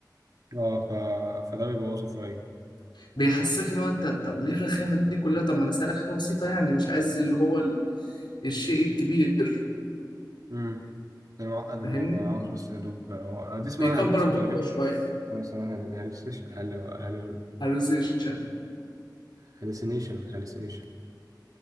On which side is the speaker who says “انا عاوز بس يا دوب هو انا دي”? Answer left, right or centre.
Right